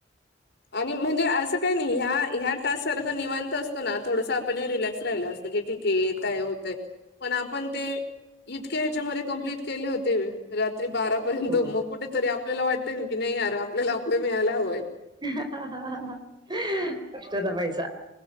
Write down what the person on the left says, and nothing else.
आणि म्हणजे असं काय नाही ह्या ह्या टास्क सारखं निवांत असतो ना थोडसा पण ही रिलॅक्स राहिला असतं की ठीक आहे येतय होतय पण आपण ते इतक्या ह्याच्यामध्ये कंप्लीट केले होते वे रात्री बारापर्यंत
मग कुठेतरी आपल्याला वाटतंय ना की नाही यार आपल्याला आपलं मिळायला हवंय.